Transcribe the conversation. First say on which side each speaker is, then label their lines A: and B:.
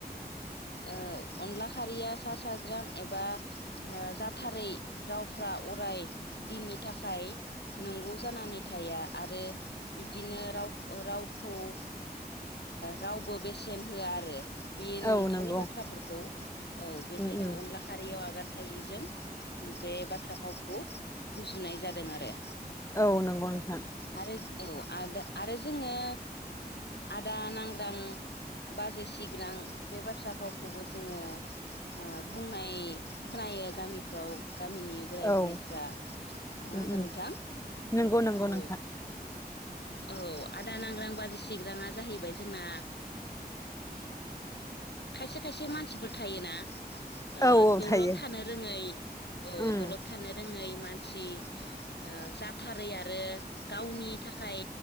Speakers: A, on the left; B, on the left.
A: औ अनला खारिया सा साज्रां एबा जाथारै रावफ्रा अराय दिननि थाखाय नंगौ जानानै थाया आरो बिदिनो राव रावखौ ओ रावबो बेसेन होआ आरो बे नंथारै
B: औ नंगौ
A: बाथ्राफोरखौ औ बेखायनो
B: उम उम
A: अनला खा खारियाव आगान थायैजों बे बाथ्रा भावखौ रुजुनाय जादों आरो।
B: औ नंगौ नोंथां
A: आरो औ आ आरो जोङो आदा नांग्रां बाजै सिग्रां बे बाथ्रा भावखौबो जोङो ओ बुंनाय खोनायो गामिफ्राव गामिनि बोराय
B: औ
A: बुरैफ्रा नङा
B: उम
A: होमबा
B: उम
A: नोंथां
B: नंगौ नंगौ
A: औ
B: नोंथां
A: औ आदा नांग्रां बाजै सिग्रांङा जाहैबाय जोंना खायसे खायसे मानसिफोर थायोना ओ
B: औ औ
A: दलद
B: थायो
A: थानो रोङै औ
B: उम
A: दलद थानो रोङै मानसि ओ जाथारै आरो गावनि थाखाय